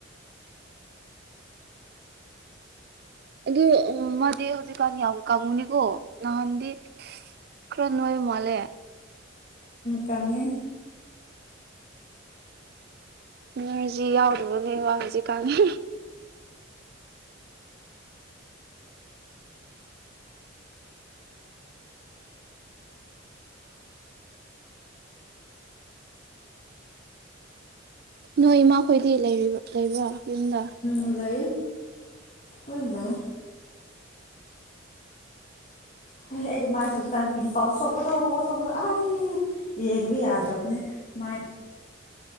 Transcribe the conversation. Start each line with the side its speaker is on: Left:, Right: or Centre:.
Right: ꯑꯗꯨ ꯃꯥꯗꯤ ꯍꯧꯖꯤꯛꯀꯥꯟ ꯌꯥꯝ ꯀꯪꯉꯨꯅꯤꯀꯣ ꯅꯍꯥꯟꯗꯤ ꯈꯔ ꯅꯣꯏꯕ ꯃꯥꯜꯂꯦ
Left: ꯇꯪꯉꯤ
Right: ꯏꯅꯔꯖꯤ ꯌꯥꯎꯗꯕꯅꯦ ꯋꯥ ꯍꯧꯖꯤꯛ ꯀꯥꯟꯅ ꯅꯣꯏ ꯏꯃꯥꯈꯣꯏꯗꯤ ꯂꯩꯕ꯭ꯔꯥ ꯌꯨꯝꯗ
Left: ꯎ ꯂꯩ ꯍꯣꯏ ꯂꯩ ꯑꯦ ꯑꯩꯒꯤ ꯃꯥꯏꯁꯦ ꯍꯧꯖꯤꯛꯀꯥꯟꯗ ꯄꯤꯝꯄꯜꯁ ꯁꯣꯛꯄꯗꯣ ꯁꯄꯗꯣ ꯑꯩ ꯌꯦꯡꯕ ꯌꯥꯗ꯭ꯔꯕꯅꯦ ꯃꯥꯏ